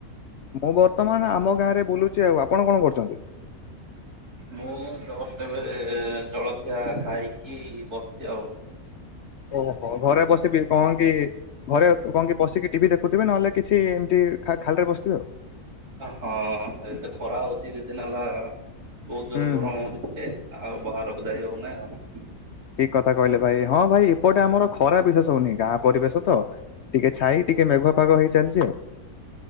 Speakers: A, on the left; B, on the right.
A: ମୁଁ ବର୍ତ୍ତମାନ ଆମ ଗାଁରେ ବୁଲୁଛି ଆଉ ଆପଣ କଣ କରୁଛନ୍ତି?
B: ମୁଁ ଜଷ୍ଟ ଏବେ ଜଳଖିଆ ଖାଇକି ବସି ଆଉ।
A: ଓହୋ ଘରେ ବସିକି କଣ କି ଘରେ କଣ କି ବସିକି ଟିଭି ଦେଖ ଖୁଥିବେ ନହେଲେ କିଛି ଏମିତି ଖାଲିରେ ବସିଥିବେ ଆଉ।
B: ହଁ ଏତେ ଖରା ହଉଛି ଦି ଦିନ ହେଲା ବହୁତ ଜୋରେ
A: ହୁଁ
B: ଗରମ
A: ହୁଁ
B: ହଉଛି। ଆଉ ବାହାରକୁ ଯାଇ ହଉ ନାହିଁ ଆଉ।
A: ଠିକ କଥା କହିଲେ ଭାଇ ହଁ ଭାଇ ଏପଟେ ଆମର ଖରା ବିଶେଷ ହଉନି ଗାଁ ପରିବେଶ ତ। ଟିକେ ଛାଇ ଟିକେ ମେଘୁଆପାଗ ହେଇ ଚାଲିଛି